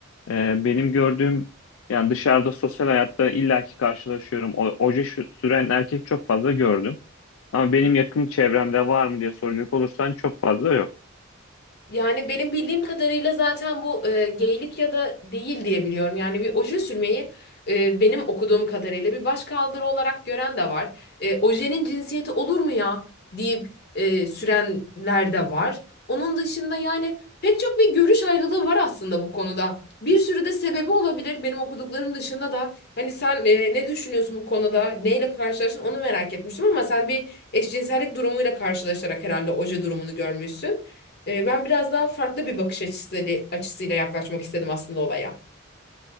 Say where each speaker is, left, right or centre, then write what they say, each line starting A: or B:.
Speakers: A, on the left; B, on the left.
A: E, benim gördüğüm yani dışarıda sosyal hayatta illaki karşılaşıyorum. O, oje şu- süren erkek çok fazla gördüm. Ama benim yakın çevremde var mı diye soracak olursan çok fazla yok.
B: Yani benim bildiğim kadarıyla zaten bu e, geylik ya da değil diye biliyorum. Yani bir oje sürmeyi e, benim okuduğum kadarıyla bir başkaldırı olarak gören de var. E, ojenin cinsiyeti olur mu ya deyip e, sürenler de var. Onun dışında yani pek çok bir görüş ayrılığı var aslında bu konuda. Bir sürü de sebebi olabilir benim okuduklarım dışında da. Hani sen e, ne düşünüyorsun bu konuda? Neyle karşılaştın onu merak etmiştim ama sen bir eşcinsellik durumuyla karşılaşarak herhalde oje durumunu görmüşsün. E, ben biraz daha farklı bir bakış açısıyla, açısıyla yaklaşmak istedim aslında olaya.